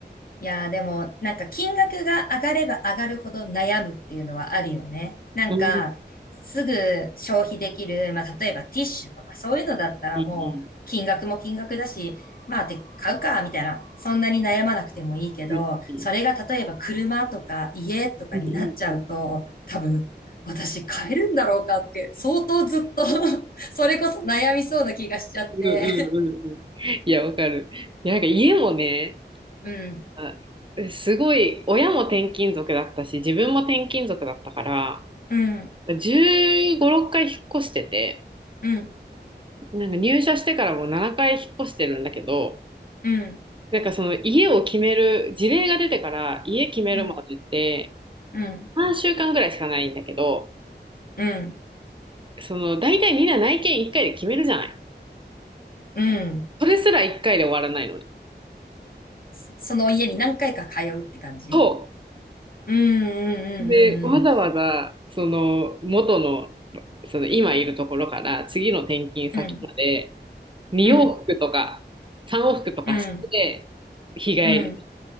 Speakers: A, on the left (about 55°); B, on the right (about 30°).
A: いやーでも、なんか金額が上がれば上がるほど悩むっていうのはあるよね。なんか、
B: うん、
A: すぐ消費できる、まあ例えばティッシュとかそういうのだったらもう金額も金額だし、
B: いい、いい、
A: まあて買うか、みたいな。そんなに悩まなくてもいいけど、
B: うん、いい、
A: それが例えば車とか家とかになっちゃうと、
B: うん、いい。
A: 多分、私買えるんだろうかって相当ずっと <laughs> それこそ悩みそうな気がしちゃって
B: うんうんうんうん。いや、わかる。いや、なんか家もね、
A: <laughs> うん、
B: あすごい、親も転勤族だったし、自分も転勤族だったから、
A: うん、
B: 15、6回引っ越してて、
A: うん、
B: なんか入社してからもう7回引っ越してるんだけど、
A: うん、
B: なんかその家を決める、事例が出てから家決めるまでって
A: うん、うん。
B: 3週間ぐらいしかないんだけど、
A: うん、
B: その大体みんな内見1回で決めるじゃない。
A: うん。
B: それすら1回で終わらないのね。
A: そその家に何回か通うって感じ
B: そ
A: うん、うん、
B: う。で、わざわざその元の、その今いるところから次の転勤先まで
A: うん、うん、
B: 2往復とか3往復とかして、
A: うん、うん、
B: 日帰り、
A: うん、